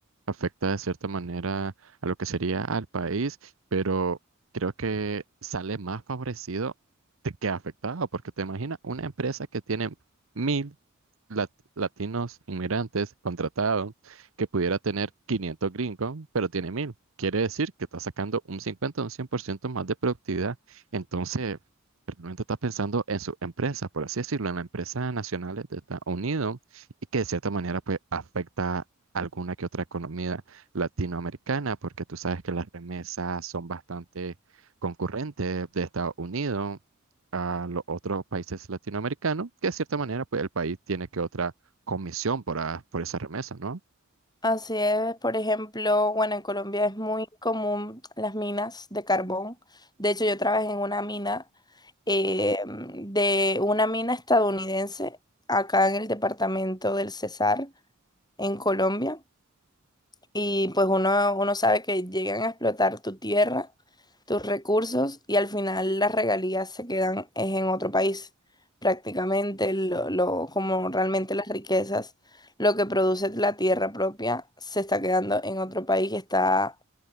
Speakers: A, on the right; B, on the left.
A: afecta de cierta manera a lo que sería al país, pero creo que sale más favorecido de que afectado, porque te imaginas una empresa que tiene mil lat- latinos inmigrantes contratados, que pudiera tener 500 gringos, pero tiene mil. Quiere decir que está sacando un 50 o un 100% más de productividad. Entonces, realmente está pensando en su empresa, por así decirlo, en la empresa nacional de Estados Unidos y que de cierta manera pues afecta alguna que otra economía latinoamericana, porque tú sabes que las remesas son bastante concurrentes de Estados Unidos a los otros países latinoamericanos, que de cierta manera pues el país tiene que otra comisión por, a- por esa remesa, ¿no?
B: Así es, por ejemplo, bueno, en Colombia es muy común las minas de carbón. De hecho, yo trabajé en una mina, eh, de una mina estadounidense acá en el departamento del Cesar, en Colombia. y pues uno, uno sabe que llegan a explotar tu tierra, tus recursos y al final las regalías se quedan es en otro país. Prácticamente lo, lo- como realmente las riquezas, lo que produce la tierra propia se está quedando en otro país y está